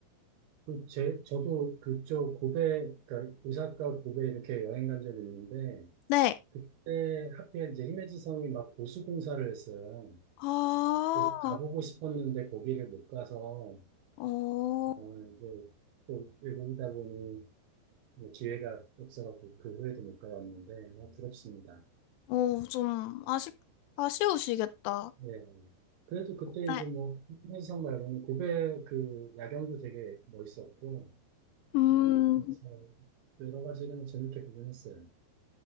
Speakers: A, on the right; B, on the left.
A: 그 제, 저도 그쪽 고베, 그러니까 오사카 고베 이렇게 여행 간 적이 있는데,
B: 네.
A: 그때 하필 이제 히메지성이 막 보수 공사를 했어요.
B: 아,
A: 그래서 가보고 싶었는데 거기를 못 가서,
B: 어,
A: 아, 이게 또 외국이다 보니 뭐 기회가 없어갖고 그 후에도 못 가봤는데 아, 부럽습니다.
B: 어, 좀 아쉽, 아쉬우시겠다.
A: 네. 그래도 그때
B: 네.
A: 이제 뭐 한희석 말고는 고베 그 야경도 되게 멋있었고
B: 음,
A: 네. 그래서 여러 가지를 뭐 재밌게 구경했어요.